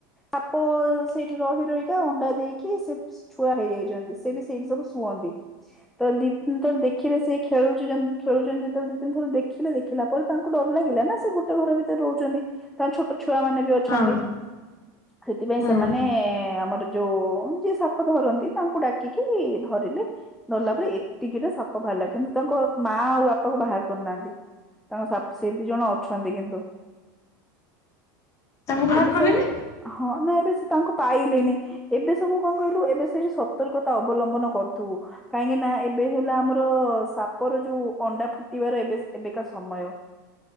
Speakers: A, in the centre; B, on the left.
A: ସାପ ସେଇଠି ରହି ରହିିକା ଅଣ୍ଡା ଦେଇକି ଛୁଆ ହେଇଯାଇଛନ୍ତି ସେ ବି ସେଇଠି ସବୁ ଶୁଅନ୍ତି ତ ଦି ତିନି ଜଣ ଦେଖିଲେ ସେ ଖେ ଖେଳୁ ଖେଳୁଛନ୍ତି ଯେତେବେଳେ ସେଦିନ ଥରେ ଦେଖିଲେ ଦେଖିଲା ପରେ ତାଙ୍କୁ ଡର ଲାଗିଲା ନା ସେ ଗୋଟେ ଘର ଭିତରେ ରହୁଛନ୍ତି ତାଙ୍କ ଛୋଟ ଛୁଆ ମାନେ ବି ଅଛନ୍ତି
B: ହଁ
A: ସେଥିପାଇଁ
B: ହଁ
A: ସେମାନେ ଆମର ଯୋଉ ଯିଏ ସାପ ଧରନ୍ତି ତାଙ୍କୁ ଡାକିକି ଧରିଲେ ଧରଲା ପରେ ଏତିକିଟା ସାପ ବାହାରିଲା କିନ୍ତୁ ତା ତାଙ୍କ ମା ଆଉ ବାପା କୁ ବାହାର କରୁନାହାନ୍ତି ତାଙ୍କ ସେଇ ଦି ଜଣ ଅଛନ୍ତି କିନ୍ତୁ
B: ତାଙ୍କୁ ବାହାର
A: ଏବେ
B: କଲେନି
A: ସବୁ ହଁ ନା ଏବେ ସେ ତାଙ୍କୁ ପାଇଲେନି ଏବେ ସବୁ କଣ କହିଲୁ ଏବେ ସେଠି ସତର୍କତା ଅବଲମ୍ବନ କରୁଥିବୁ କାହିଁକି ନା ଏବେ ହେଲା ଆମର ସାପର ଯୋଉ ଅଣ୍ଡା ଫୁଟିବାର ଏବେ ଏବେକା ସମୟ।